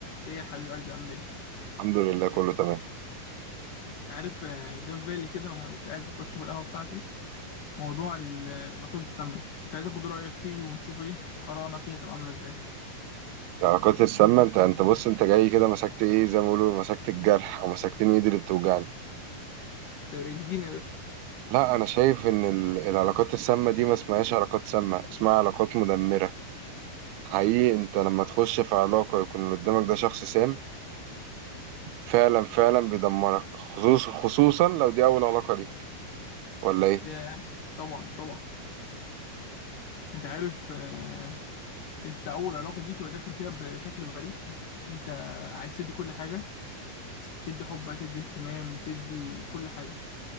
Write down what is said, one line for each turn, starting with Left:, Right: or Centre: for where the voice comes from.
Left: ايه يا حبيب قلبي عامل ايه
Right: الحمد لله كله تمام
Left: انت عارف آه، جه في بالي كده وانا كنت قاعد بشرب القهوه بتاعتي موضوع ال- العلاقات السامه كنت عايز اخد رايك فيه ونشوف ايه ارائنا فيها تبقى عامله ازاي
Right: العلاقات السامة انت انت بص انت جاي كده مسكت ايه زي ما بيقولوا مسكت الجرح او مسكتين ايدي اللي بتوجعني
Left: طب اشجيني يا باشا
Right: لا انا شايف ان ال- العلاقات السامة دي ما اسمهاش علاقات سامة اسمها علاقات مدمرة حقيقي انت لما تخش في علاقة يكون اللي قدامك ده شخص سام فعلا فعلا بيدمرك خصوص خصوصا لو دي اول علاقة ليك ولا ايه
Left: يا طبعا طبعا انت عارف آه، انت اول علاقه دي بتبقى داخل فيها بشكل بريء انت عايز تدي كل حاجه تدي حب تدي اهتمام تدي كل حاجه